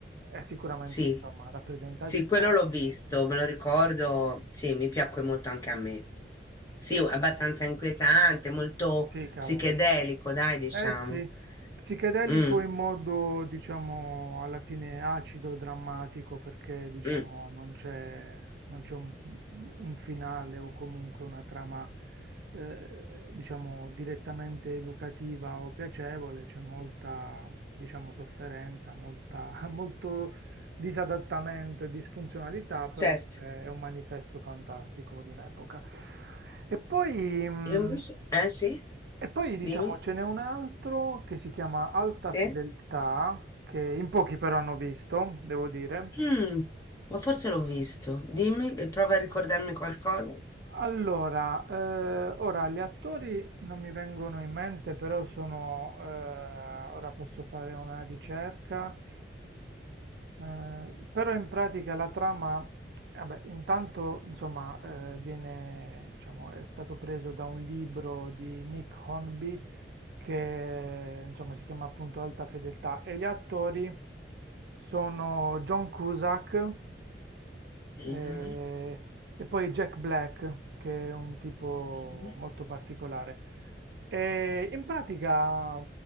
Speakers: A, on the right; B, on the left.
A: è sicuramente
B: Sì,
A: insomma, rappresentativo.
B: sì, quello l'ho visto, me lo ricordo, sì, mi piacque molto anche a me. Sì,
A: Eh,
B: abbastanza inquietante, molto
A: sì, cavolo.
B: psichedelico, dai, diciamo.
A: Eh sì, s- psichedelico
B: Mm,
A: in modo diciamo alla fine acido, drammatico, perché diciamo
B: mm,
A: non c'è non c'è un, un finale o comunque una trama eh, diciamo direttamente educativa o piacevole, c'è molta diciamo sofferenza, molta, <laughs> molto disadattamento e disfunzionalità, però
B: certo.
A: eh, è un manifesto fantastico di un'epoca. E poi, mh,
B: E invece, eh sì,
A: e poi diciamo
B: dimmi,
A: ce n'è un altro che si chiama Alta
B: sì.
A: Fedeltà, che in pochi però hanno visto, devo dire,
B: Mm, ma forse l'ho visto, dimmi, e prova a ricordarmi qualcosa.
A: Allora, eh, ora gli attori non mi vengono in mente, però sono, eh, ora posso fare una ricerca, Eh, però in pratica la trama, vabbè, intanto, insomma, eh, viene, diciamo, è stato preso da un libro di Nick Hornby che, insomma, si chiama appunto Alta Fedeltà e gli attori sono John Cusack,
B: Mm,
A: eh, e poi Jack Black, che è un tipo
B: mm,
A: molto particolare. E in pratica,